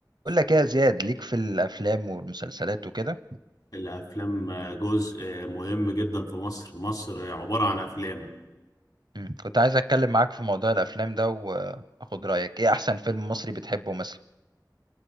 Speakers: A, on the right; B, on the left.
A: بقول لك ايه يا زياد ليك في الافلام والمسلسلات وكده
B: الأفلام جزء مهم جدا في مصر مصر عبارة عن أفلام
A: مم. كنت عايز اتكلم معاك في موضوع الافلام ده واخد رايك ايه احسن فيلم مصري بتحبه مثلا